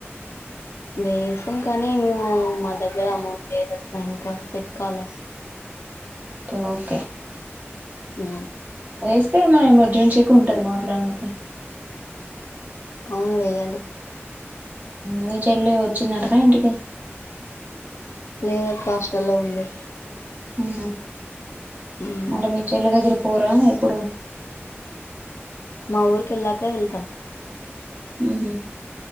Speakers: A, on the left; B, on the right.
A: వేసాం కానీ మేము మా దగ్గర అమౌంట్ లేదు అక్క ఇంకా తెచ్చుకోవాలే
B: ఓకే
A: ఆ
B: అదిస్తే మనం ఎమర్జెన్సీకి ఉంటది మాట్లాడానికీ
A: అవును వేయాలి
B: మీ చెల్లి వచ్చిందటనా ఇంటికి
A: లేదాక్క హాస్టల్లో ఉంది
B: ఆహ
A: ఉమ్
B: అంటే మీ చెల్ల దగ్గర పోరా ఎప్పుడు
A: మా ఊరికి ఎళ్ళాక వెళ్తాం
B: ఉహ